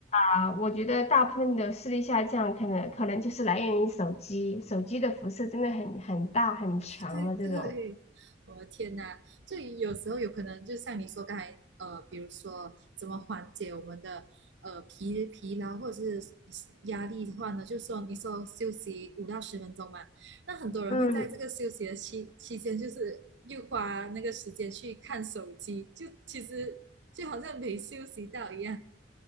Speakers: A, on the left (about 35°); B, on the right (about 75°).
A: 啊、我觉得大部分的视力下降，可能可能就是来源于手机，手机的辐射真的很很大很强的这种。
B: 对对，我的天呐，就有时候有可能就像你说刚才，呃，比如说怎么缓解我们的呃疲疲劳或者是压力的话呢，就说你说休息五到十分钟嘛，那很多人会在这个休息的期期间，
A: 嗯，
B: 就是又花那个时间去看手机，就其实就好像没休息到一样。